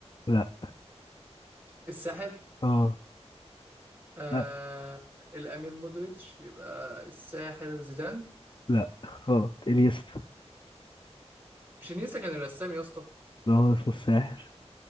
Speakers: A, on the left; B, on the right.
A: لا
B: الساحر
A: اه
B: آه
A: لا
B: الأمير مودريتش يبقى الساحر زيدان
A: لا غلط انيستا
B: مش انيستا كان الرسام يا اسطى
A: ده هو اسمه الساحر